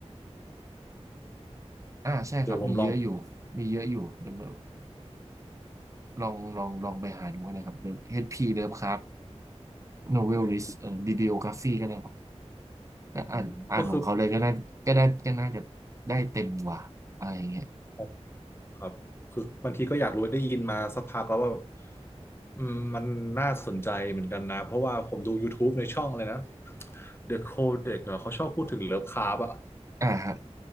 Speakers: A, on the right (about 25°); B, on the left (about 20°).
A: อ่าใช่ครับ
B: เดี๋ยวผมลอง
A: มีเยอะอยู่มีเยอะอยู่เดี๋ยวลองลองลองไปหาดูกันนะครับ HP Lovecraft Novel List เอ่อ Bibliography ก็ได้ครับก็อ่านอ่านของเขาเลยก็น่าก็น่าก็น่าจะได้เต็มกว่าอะไรอย่างเงี้ย
B: อืมก็คืออ๋อครับคือบางทีก็อยากรู้ได้ยินมาสักพักแล้วว่าอืมมันน่าสนใจเหมือนกันนะเพราะว่าผมดู YouTube ในช่องเลยนะ The Codex เหรอเขาชอบพูดถึงเลิฟคราฟต์อะ
A: อ่าฮะ